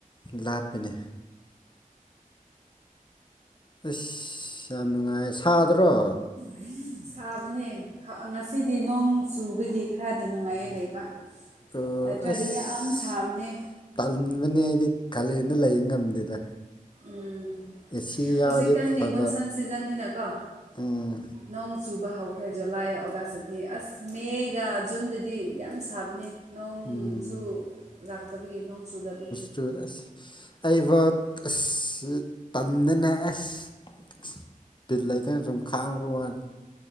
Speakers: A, on the left; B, on the right.
A: ꯂꯥꯞ ꯄꯅꯦ ꯑꯁ ꯌꯥꯝ ꯅꯨꯡꯉꯥꯏ ꯁꯥꯗ꯭ꯔꯣ
B: <unintelligible> ꯁꯥꯕꯅꯦ ꯉꯁꯤꯗꯤ ꯅꯣꯡ ꯆꯨꯕꯒꯤ ꯈꯔꯗꯤ ꯅꯨꯡꯉꯥꯏꯌꯦ ꯂꯩꯕ
A: ꯑꯣ
B: ꯅꯠꯇ꯭ꯔꯗꯤ
A: ꯑꯁ
B: ꯌꯥꯝ ꯁꯥꯕꯅꯦ.
A: ꯇꯟꯕꯅꯦ ꯑꯩꯗꯤ ꯀꯥꯂꯦꯟꯗ ꯂꯩ ꯉꯝꯗꯦꯗ
B: ꯎꯝ
A: ꯑꯦꯁꯤ ꯌꯥꯎꯔꯗꯤ
B: ꯍꯧꯖꯤꯛꯀꯟꯗꯤ
A: ꯐꯕ
B: ꯃꯨꯟꯁꯟ ꯁꯤꯖꯟꯅꯤꯅꯀꯣ
A: ꯎꯝ
B: ꯅꯣꯡ ꯆꯨꯕ ꯍꯧꯈ꯭ꯔꯦ ꯖꯨꯂꯥꯏ ꯑꯣꯒꯁꯇꯗꯤ ꯑꯁ ꯃꯦꯒ ꯖꯨꯟꯗꯗꯤ ꯌꯥꯝ ꯁꯥꯕꯅꯤ ꯅꯣꯡꯁꯨ
A: ꯎꯝ
B: ꯂꯥꯛꯇꯕꯤꯌꯦ ꯅꯣꯡ ꯆꯨꯗꯕꯤꯌꯦ
A: ꯑꯁ ꯑꯩꯕꯨ ꯑꯁ ꯇꯟꯗ‌ꯦꯅ‌ꯦ ꯑꯁ ꯤꯜ ꯂꯩꯇꯅ ꯁꯨꯝ ꯈꯥꯡꯉꯨꯕ ꯋꯥꯅꯤ